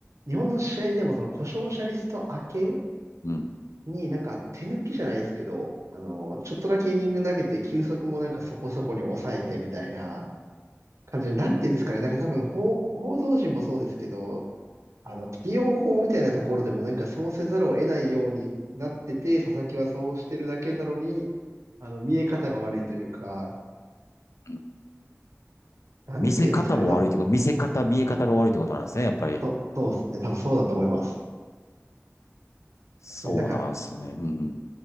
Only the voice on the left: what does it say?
うん、
うん。
見せ方も悪いってこと、
見せ方、見え方が悪いってことなんですね、やっぱり。
そうなんですね。
うん。